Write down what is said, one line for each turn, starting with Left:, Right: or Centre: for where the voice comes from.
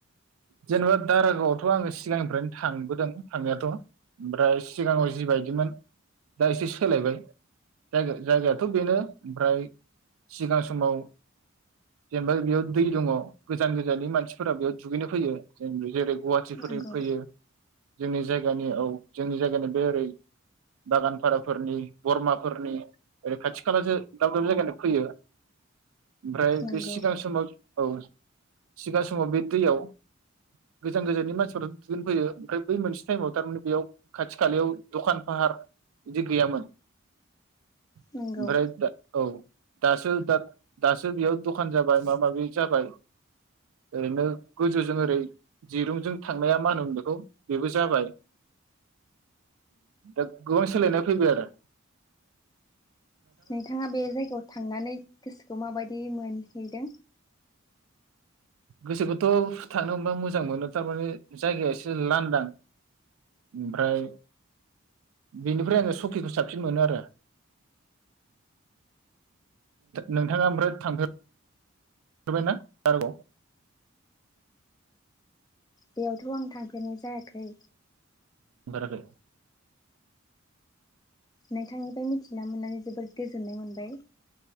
Right: जेनेबा दारागावआवथ' आङो सिगांनिफ्रायनो थांबोदों थांनायाथ'। ओमफ्राय सिगाङाव जि बायदिमोन दा एसे सोलायबाय जा जायगायाथ' बेनो ओमफ्राय सिगां समाव जेनेबा बेयाव दै दङ गोजान गोजाननि मानसिफोरा बेयाव दुगैनो फैयो जों जेरै गुवाहाटिफोरनि
Left: नंगौ
Right: फैयो जोंनि जायगानि औ जोंनि जायगानि बे ओरै बागानफाराफोरनि बरमाफोरनि ओरै खाथि खाला दाब दाब जायगानि फैयो। ओमफ्राय
Left: नंगौ
Right: बे सिगां समाव औ। सिगां समाव बे दैयाव गोजान गोजाननि मानसिफोराथ' दुगैनो फैयो ओमफ्राय बै मोनसे टाइमाव थार माने बेयाव खाथि खालायाव दखान फाहार बिदि गैयामोन। ओमफ्राय
Left: नंगौ
Right: दा औ दासो दासो बेयाव दखान जाबाय माबा माबि जाबाय। ओरैनो गोजौजों ओरै दिरुंजों थांनाया मा होनोमोन बेखौ बेबो जाबाय दा गोबां सोलायनाय फैबाय आरो।
Left: नोंथाङा बे जायगायाव थांनानै गोसोखौ माबायदि मोन हैदों?
Right: गोसोखौथ' थांनो मोनबा मोजां मोनो थार माने जायगाया एसे लांदां ओमफ्राय बेनिफ्राय आङो सकिखौ साबसिन मोनो आरो नोंथाङा ओमफ्राय थांफेर बाय ना दारागाआव?
Left: बेयावथ' आं थांफेरनाय जायाखै।
Right: थांफेराखै।
Left: नोंथांनिफ्राय मिथिना मोननानै जोबोर गोजोननाय मोनबाय।